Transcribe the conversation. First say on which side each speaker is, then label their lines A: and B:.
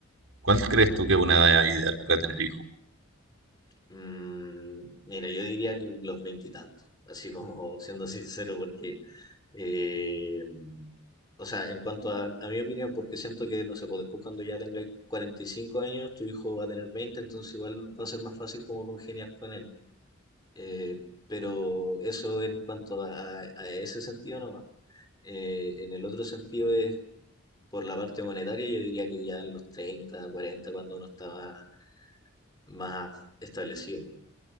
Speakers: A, on the right; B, on the left.
A: ¿cuál crees tú que es una edad ideal para tener hijos?
B: Mm, mira, yo diría que los veintitantos, así como siendo sincero, porque, eh, o sea, en cuanto a, a mi opinión, porque siento que, no sé, pues después cuando ya tenga 45 años, tu hijo va a tener 20 entonces igual va a ser más fácil como congeniar con él. Eh, pero eso en cuanto a, a ese sentido no en el otro sentido es por la parte monetaria, yo diría que ya en los 30, 40 cuando uno estaba más establecido.